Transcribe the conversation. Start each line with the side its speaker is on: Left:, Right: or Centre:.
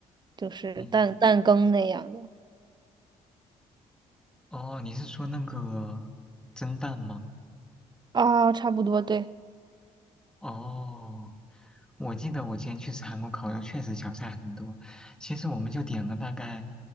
Right: 就是蛋蛋羹那样的
Centre: 嗯哦，你是说那个蒸蛋吗？
Right: 啊，差不多，对。
Centre: 哦，我记得我之前去吃韩国烤肉，确实小菜很多。其实我们就点了大概